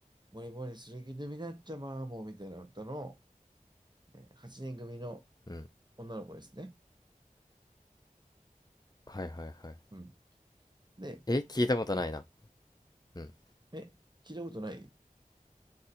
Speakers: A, on the right (about 30°); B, on the left (about 30°).
A: う。もりもりする気でになっちゃま、もう、みたいな歌の、えー8人組の
B: うん。
A: 女の子ですね。
B: はいはいはい。
A: うん。で、
B: え、聞いたことないな。うん。
A: え、聞いたことない